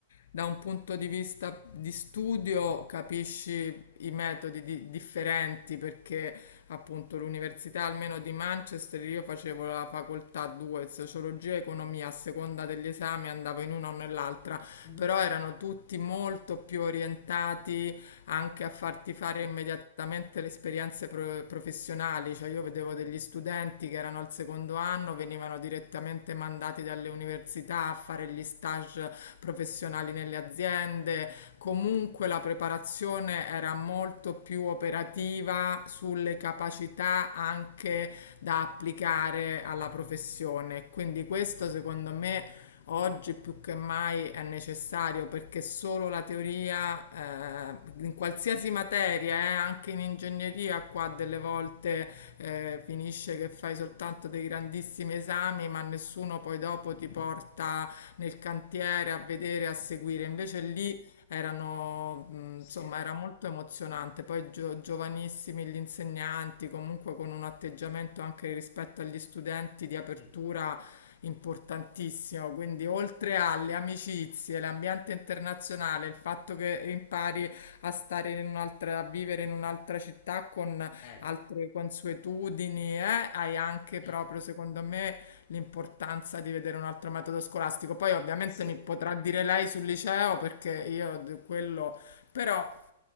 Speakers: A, on the left (about 65°); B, on the left (about 35°).
A: da un punto di vista di studio capisci i metodi di- differenti, perché appunto l'università almeno di Manchester, io facevo la facoltà 2, sociologia e economia, a seconda degli esami andavo in una o nell'altra,
B: mh-mh.
A: però erano tutti molto più orientati anche a farti fare immediatamente le esperienze pro- professionali, cioè io vedevo degli studenti che erano al secondo anno, venivano direttamente mandati dalle università a fare gli stage professionali nelle aziende, comunque la preparazione era molto più operativa sulle capacità anche da applicare alla professione, quindi questo secondo me oggi più che mai è necessario perché solo la teoria eh, in qualsiasi materia, eh, anche in ingegneria, qua delle volte eh, finisce che fai soltanto dei grandissimi esami, ma nessuno poi dopo ti porta nel cantiere a vedere, a seguire. Invece lì erano, mh,
B: Sì,
A: insomma, era molto emozionante. Poi gio- giovanissimi gli insegnanti, comunque con un atteggiamento anche rispetto agli studenti di apertura
B: mh,
A: importantissimo, quindi oltre alle amicizie, l'ambiente internazionale, il fatto che impari a stare in un'altra, a vivere in un'altra città con
B: eh,
A: altre consuetudini, eh, hai anche
B: eh,
A: proprio, secondo me, l'importanza di vedere un altro metodo scolastico. Poi ovviamente
B: sì,
A: mi potrà dire lei sul liceo perché io d- quello, però